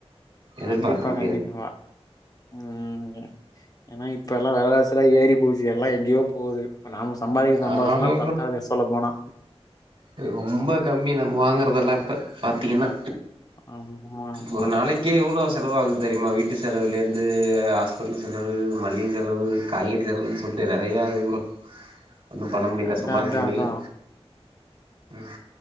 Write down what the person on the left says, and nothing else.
கண்டிப்பா
கண்டிப்பா உம் ஏன்னா இப்ப எல்லா விலவாசிலா ஏறி போச்சு எல்லா எங்கோ போகுது இப்ப நாம சம்பாதிக்க சம்போஸ்
எல்லா பத்தாது சொல்ல போனா
ஆமா, ஆமா.
அதான்,
அதான்,
அதான்.